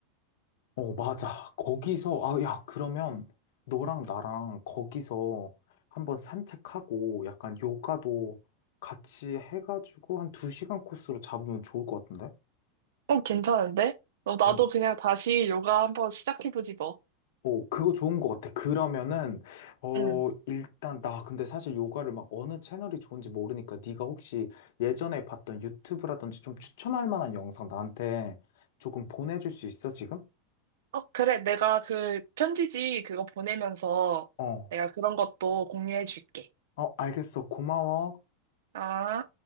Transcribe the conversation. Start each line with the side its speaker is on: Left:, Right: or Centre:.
Left: 어, 맞아. 거기서, 아, 야, 그러면 너랑 나랑 거기서 한번 산책하고 약간 요가도 같이 해가지고 한 두 시간 코스로 잡으면 좋을 것 같은데?
Right: 어, 괜찮은데? 어, 나도
Left: 어,
Right: 그냥 다시 요가 한번 시작해보지 뭐.
Left: 어, 그거 좋은 것 같아. 그러면은, 어,
Right: 응.
Left: 일단 나 근데 사실 요가를 막 어느 채널이 좋은지 모르니까 네가 혹시 예전에 봤던 유튜브라든지 좀 추천할 만한 영상 나한테 조금 보내줄 수 있어, 지금?
Right: 어, 그래. 내가 그 편지지 그거 보내면서
Left: 어,
Right: 내가 그런 것도 공유해줄게.
Left: 어, 알겠어. 고마워.
Right: 아.